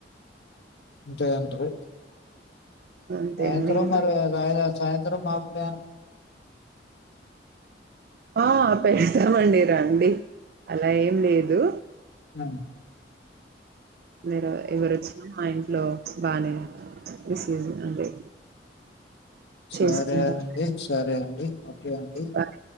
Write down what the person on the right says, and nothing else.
అంతే
అండి ఇంకా
ఆ పెతామండి అండి అలా ఏం లేదు
మీరు ఎవరు ఒచ్చినా మా ఇం లో బానే విసీస్ అంటే
చేసుకుంటాం
బాయ్